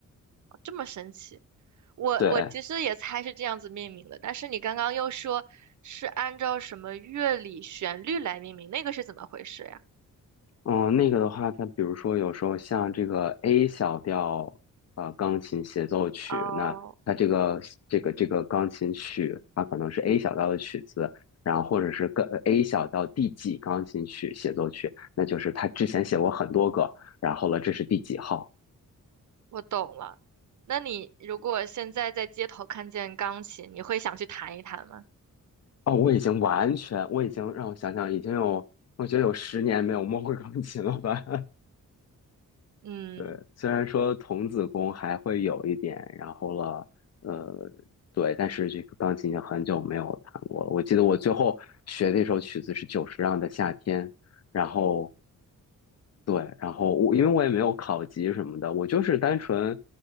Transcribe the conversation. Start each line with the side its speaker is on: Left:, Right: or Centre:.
Right: 这么神奇。我我其实也猜是这样子命名的，
Left: 对。
Right: 但是你刚刚又说是按照什么乐理旋律来命名，那个是怎么回事呀？
Left: 嗯，那个的话，它比如说有时候像这个 A 小调，呃，钢琴协奏曲，
Right: 哦，
Left: 那它这个这个这个钢琴曲，它可能是 A 小调的曲子，然后或者是跟 A 小调第几钢琴曲协奏曲，那就是他之前写过很多个，然后了，这是第几号？
Right: 我懂了。那你如果现在在街头看见钢琴，你会想去弹一弹吗？
Left: 哦，我已经完全，我已经让我想想，已经有，我觉得有十年没有摸过钢琴了吧？
Right: 嗯，
Left: 对，虽然说童子功还会有一点，然后了，呃，对，但是这个钢琴已经很久没有弹过了。我记得我最后学那首曲子是久石让的《夏天》，然后对，然后我因为我也没有考级什么的，我就是单纯，